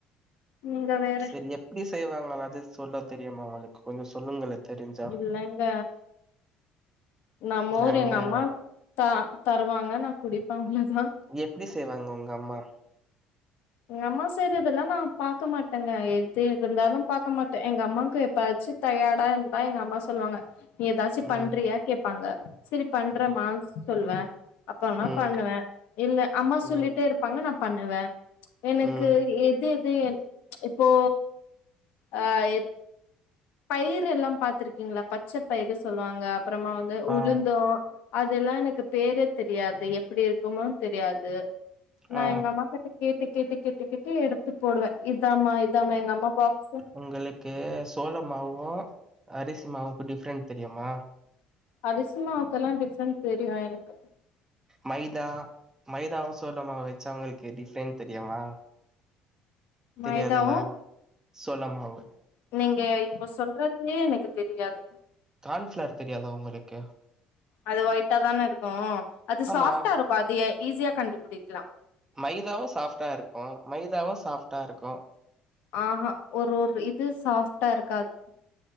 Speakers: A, on the left; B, on the right.
A: நீங்க வேற
B: செரி எப்டி செய்வாங்களாவ்து சொல்ல தெரியுமா ஒங்களுக்கு கொஞ்ச சொல்லுங்களே தெரிஞ்சா
A: இல்லங்க நா மோரு
B: நாங்க
A: எங்க அம்மாத் தா தருவாங்க நா குடிப்பே அவ்ளோதா
B: எப்டி செய்வாங்க உங்க அம்மா
A: எங்க அம்மா செய்றதெல்லா நா பாக்க மாட்டங்க எது இருந்தாலு பாக்க மாட்ட எங்க அம்மாக்கு எப்பயாச்சு தயாடா இருந்தா எங்க அம்மா சொல்வாங்க நீ எதாச்சு
B: ம்
A: பண்றியா கேப்பாங்க செரி பண்றேமா
B: ம்
A: சொல்வே அப்பற நா
B: ம்
A: பண்ணுவே இல்ல அம்மா
B: ம்
A: சொல்லிட்டே இருப்பாங்க நா பண்ணுவே எனக்கு
B: ம்
A: எதெது இன் இப்போ ஆ இப் பயிறெல்லா பாத்திருக்கீங்களா பச்ச பயிறு சொல்வாங்க அப்பறமா வந்து உளுந்து
B: ஆ
A: அதெல்லா எனக்கு பேரே தெரியாது எப்டி இருக்குனு தெரியாது நா
B: ஆ
A: எங்க அம்மா கிட்ட கேட்டு கேட்டு கேட்டு கேட்டு எடுத்து போடுவே இதாம்மா இதாம எங்க அம்மா பாக்ஸே
B: ஒங்களுக்கு சோள மாவு அரிசி மாவுக்கு டிஃப்ரெண்ட் தெரியுமா
A: அரிசி மாவுக்கெல்லா டிஃப்ரெண்ட் தெரியு எனக்கு
B: மைதா மைதாவு சோளமாவு வச்சா உங்களுக்கு டிஃப்ரெண்ட் தெரியுமா தெரியாதுல
A: மைதாவு
B: சோள மாவு
A: நீங்க இப்ப சொல்றது எனக்கு தெரியாது
B: கார்ன்ஃபிளார் தெரியாதா ஒங்களுக்கு
A: அது ஒயிட்டா தான இருக்கு அது
B: ஆமா
A: சாஃப்டா இருக்கு அது எ ஈஸியா கண்டுபிடிக்லா
B: மைதாவு சாஃப்டா இருக்கு மைதாவு சாஃப்டா இருக்கு
A: ஆ ஹா ஒரு ஒரு இது சாஃப்ட்டா இருக்காது